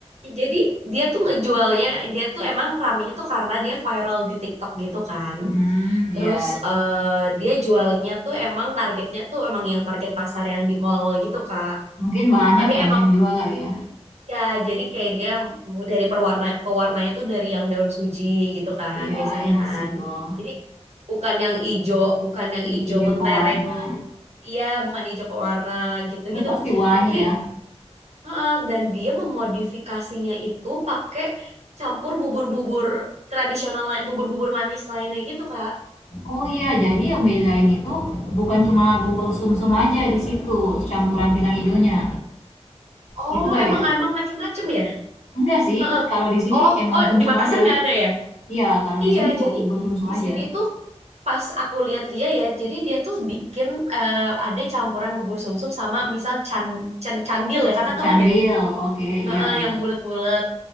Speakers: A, on the right; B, on the left.
A: Jadi dia tuh ngejualnya, dia tuh emang ramenya tuh karena dia viral di TikTok gitu kan.
B: Hmm, iya.
A: Terus eh, dia jualnya tuh emang targetnya tuh emang yang target pasar yang di mall-mall gitu Kak.
B: Mungkin bahannya
A: Tapi
B: premium
A: emang
B: juga kali ya.
A: ya jadi kayak dia mu- dari pewarna pewarnanya tuh dari yang daun suji gitu kan
B: Iya,
A: biasanya
B: enak
A: kan.
B: sih tuh.
A: Jadi bukan yang ijo, bukan yang ijo
B: hijau
A: mentereng.
B: pewarna.
A: Iya, bukan ijo pewarna gitu-gitu.
B: Terus pasti wangi
A: Tapi
B: ya.
A: Heeh, dan dia memodifikasinya itu pakai campur bubur-bubur tradisional, lai- bubur-bubur manis lainnya gitu, Kak.
B: Oh iya, jadi yang bedain itu bukan cuma bubur sumsum aja di situ, campuran pisang hijaunya.
A: Oh,
B: Gitu kali
A: emang
B: ya?
A: emang macam-macam ya?
B: Enggak sih,
A: Heeh.
B: kalau di sini
A: Oh,
B: emang
A: oh
B: sumsum
A: di Makassar
B: aja.
A: nggak ada ya?
B: Iya, kalau
A: Iya,
B: di sini bu-
A: jadi
B: bubur sumsum
A: di
B: aja.
A: sini tuh pas aku lihat dia ya, jadi dia tuh bikin eh, ada campuran bubur sumsum sama misal can, can- candil
B: Can-
A: ya,
B: can-
A: Kakak tahu
B: Candil,
A: kan ya?
B: oke,
A: Heeh,
B: iya iya.
A: yang bulat-bulat.